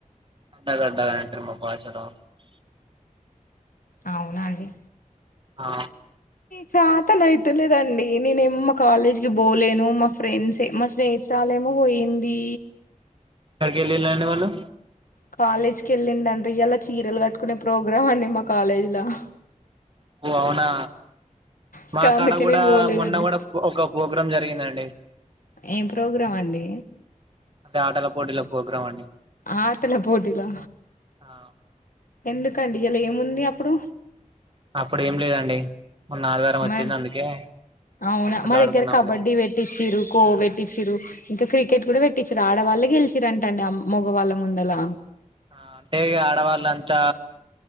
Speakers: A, on the right; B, on the left.
A: కంద గడ్డ అంటరు మా భాష క హా
B: అవునా అండి
A: ఆ
B: చాతన అయితలేదండి నేనెమో మా కాలేజ్కి పోలేను మా ఫ్రెండ్స్ మా స్నేహితురాాలేమో పోయింది
A: ఎట్లా ఎల్లిలాండీ వాళ్ళు
B: కాలేజ్ కి వెళ్ళిందంటా ఇవాళ చీరలు కట్టుకునే ప్రోగ్రాం అండి మా కాలేజ్ లా హ్హ్
A: ఓ అవునా
B: ఇంకా
A: మాకాడ
B: అందుకే
A: కూడా
B: నేను పోలేదండి
A: మొన్న కూడా ఒక ప్ ప్రోగ్రాం జరిగిందండి
B: ఏం ప్రోగ్రాం అండి
A: అదే ఆటల పోటీల ప్రోగ్రాం అండి
B: ఆటల పోటీలా
A: ఆ
B: ఎందుకండి ఇవలా ఏముంది అప్పుడు
A: అక్కడ ఏం లేదండి మొన్న ఆదివారం వచ్చింది
B: మరి
A: అందుకే
B: అవునా
A: అట్లా
B: మా దగ్గర
A: ఆడుకున్నామండి
B: కబడ్డీ పెట్టిచ్చిరు ఖో ఖో పెట్టిచ్చరు ఇంకా క్రికెట్ కూడా పెట్టి టీచర్ ఆడవాళ్లే గెలిచిరంటా అండి ఆ మగవాళ్ళ ముందలా
A: ఆ అంటే ఇగ ఆడవాళ్లంతా